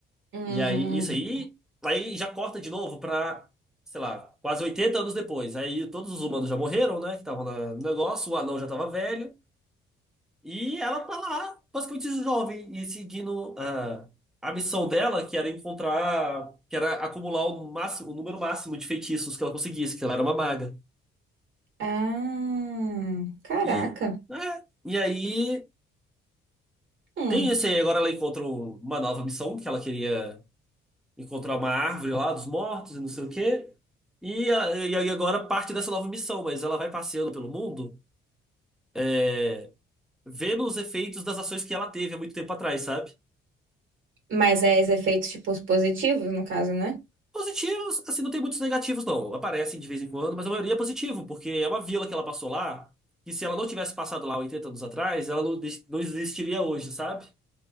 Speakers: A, on the right; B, in the centre.
A: Hum.
B: E aí, isso aí, aí já corta de novo pra, sei lá, quase 80 anos depois. Aí todos os humanos já morreram, né? Que estavam na- no negócio, o anão já tava velho. E ela tá lá, basicamente jovem, e seguindo a, a missão dela, que era encontrar, que era acumular o máximo, o número máximo de feitiços que ela conseguisse, que ela era uma maga.
A: Ah, caraca.
B: E, é, e aí
A: Hum.
B: Tem esse aí, agora ela encontra um- uma nova missão, que ela queria encontrar uma árvore lá dos mortos e não sei o quê. E, a- e aí agora parte dessa nova missão, mas ela vai passeando pelo mundo, é, vendo os efeitos das ações que ela teve há muito tempo atrás, sabe?
A: Mas é os efeitos, tipo, os positivos, no caso, né?
B: Positivos, assim, não tem muitos negativos, não. Aparecem de vez em quando, mas a maioria é positivo, porque é uma vila que ela passou lá, que se ela não tivesse passado lá 80 anos atrás, ela não, des- não existiria hoje, sabe?